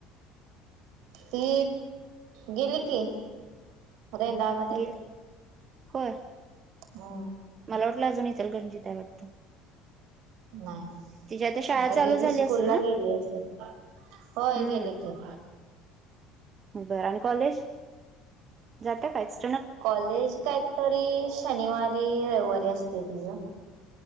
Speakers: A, on the right; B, on the right.
A: ती गेली की रेंदाळ मध्ये.
B: गेली होय.
A: हम्,
B: मला वाटला अजून इचलकरंजीत आहे वाटतं.
A: नाहीय.
B: तिची शाळा
A: आता
B: चालू
A: गेली
B: झाली
A: स्कूल
B: असेल
A: ला
B: ना
A: गेली असेल होय
B: हम्म
A: गेले की.
B: बरं आणि कॉलेज जाता कायच.
A: कॉलेज काही तरी शनिवारी रविवारी असते तिचं.